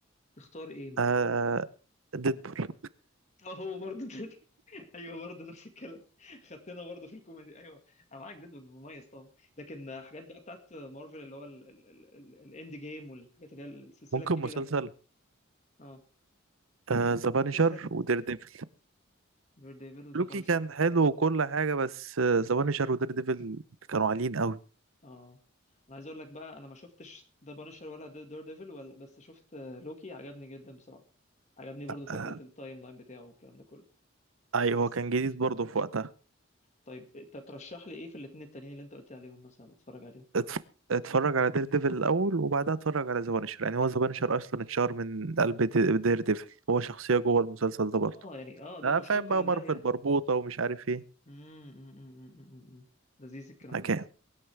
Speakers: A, on the left; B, on the right.
A: تختار ايه مثلا
B: آه ديدبول
A: اه هو برضه <laughs> ده. ايوه برضه نفس الكلام خدتنا برضه في الكوميدي ايوه انا معاك جدا مميز طبعا لكن حاجات بقى بتاعت مارفل اللي هو الاند جيم والحاجات اللي هي السلسله
B: ممكن
A: الكبيره
B: مسلسل
A: دي اه
B: آه ذا بانشر
A: او سلسله
B: ودير ديفل
A: دير ديفل وذا
B: لوكي
A: بانشر
B: كان حلو وكل حاجة بس ذا آه ذا بانشر ودير ديفل كانوا عاليين قوي
A: اه انا عايز اقول لك بقى انا ما شفتش ذا بانشر ولا دير ديفل ولا بس شفت آه، لوكي عجبني جدا بصراحه عجبني برضو فكره
B: آه
A: التايم لاين بتاعه والكلام ده كله
B: اي هو
A: بس
B: كان جديد برضه في وقتها
A: طيب انت ترشح لي ايه في الاتنين التانيين اللي انت قلت عليهم مثلا اتفرج عليهم
B: اتف- اتفرج على دير ديفل الاول وبعدها اتفرج على ذا بانشر يعني هو ذا بانشر اصلا اتشهر من قلب دي- دير ديفل هو شخصيه جوه المسلسل ده برضه
A: اه يعني اه ده
B: اه
A: مشتق
B: فاهم بقى
A: من
B: مارفل
A: ده يعني
B: مربوطه ومش عارف ايه
A: امم أمم، أمم، أمم، أمم. لذيذ الكلام
B: حكايه
A: ده